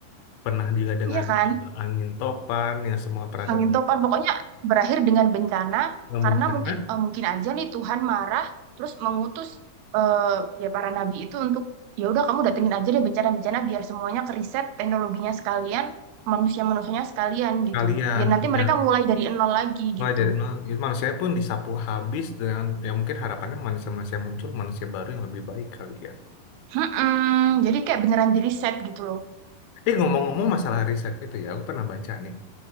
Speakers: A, on the left (about 80°); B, on the right (about 85°).
A: pernah juga dengan
B: Iya kan?
A: eh, angin topan yang semua peradaban
B: Angin topan pokoknya berakhir dengan bencana
A: yang
B: karena
A: bencana
B: mungkin eh, mungkin aja nih Tuhan marah terus mengutus eh, ya para nabi itu untuk ya udah kamu datengin aja deh bencana-bencana biar semuanya keriset teknologinya sekalian manusia-manusianya sekalian gitu
A: kalian.
B: biar nanti
A: Iya,
B: mereka mulai dari nol lagi gitu.
A: mulai dari nol gitu, manusia pun disapu habis dengan ya mungkin harapannya manusia-manusia yang muncul manusia baru yang lebih baik kali ya
B: Mm-mm. jadi kayak beneran di riset gitu loh.
A: eh ngomong-ngomong masalah riset itu ya aku pernah baca nih